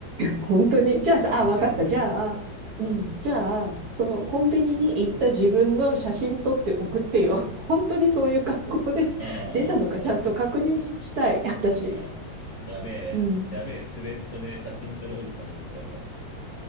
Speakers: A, on the right; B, on the left.
A: 本当に。じゃあさ、
B: 練習するわ。
A: あ、わかった。じゃあ、うん。
B: うん。
A: じゃあ、そのコンビニに行った自分の写真撮って送ってよ。本当にそういう格好で出たのかちゃんと確認したい。
B: ああ、そうだね。そうそ
A: 私。
B: う。うん。やべえ、
A: うん。
B: やべえ、スウェットで写真撮るおじさんになっちゃうじゃん。